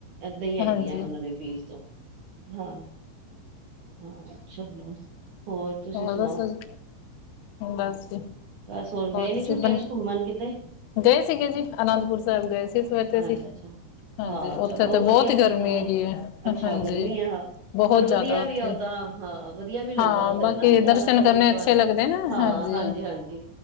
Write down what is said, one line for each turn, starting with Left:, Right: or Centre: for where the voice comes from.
Right: ਏਦਾਂ ਈ ਹੈਗੀ
Left: ਹਾਂਜੀ
Right: ਆ ਉਹਨਾਂ ਦੇ ਫੀਸ ਤੇ ਹਾਂ ਹਾਂ <unintelligible> ਤੁਸੀਂ
Left: ਹੋਰ ਦੱਸੋ
Right: ਸੁਣਾਓ
Left: ਜੀ, ਬਸ
Right: ਬਸ ਹੋਰ ਗਏ ਨੀਂ
Left: ਤੁਸੀਂ
Right: ਛੁੱਟੀਆਂ
Left: ਬਣ
Right: ਚ ਘੁੰਮਣ ਕਿਤੇ?
Left: ਗਏ ਸੀਗੇ ਜੀ, ਅਨੰਦਪੁਰ ਸਾਹਿਬ ਗਏ ਸੀ ਸਵੇਰ ਤੇ ਅਸੀਂ।
Right: ਅੱਛਾ ਅੱਛਾ
Left: ਹਾਂਜੀ
Right: ਹਾਂ
Left: ਉੱਥੇ
Right: ਚਲੋ
Left: ਤੇ ਬੋਤ
Right: ਵਧੀਆ
Left: ਈ ਗਰਮੀ
Right: ਸਭ ਤੋਂ ਵਧੀਆ
Left: ਹੈਗੀ ਐਂ,
Right: ਅੱਛਾ
Left: ਹਾਂਜੀ।
Right: ਗਰਮੀ ਆ ਹਾਂ
Left: ਬਹੁਤ
Right: ਪਰ ਵਧੀਆ
Left: ਜ਼ਿਆਦਾ ਉੱਥੇ
Right: ਵੀ ਆ ਓਦਾਂ ਹਾਂ ਵਧੀਆ ਵੀ ਲੱਗਦਾ
Left: ਹਾਂ,
Right: ਉੱਧਰ
Left: ਬਾਕੀ
Right: ਨਾ ਜਾਣਾ
Left: ਦਰਸ਼ਨ
Right: ਪਰ
Left: ਕਰਨੇ
Right: ਗੁਰਦੁਆਰੇ
Left: ਅੱਛੇ ਲੱਗਦੇ ਨੇ।
Right: ਹਾਂ
Left: ਹਾਂਜੀ,
Right: ਹਾਂਜੀ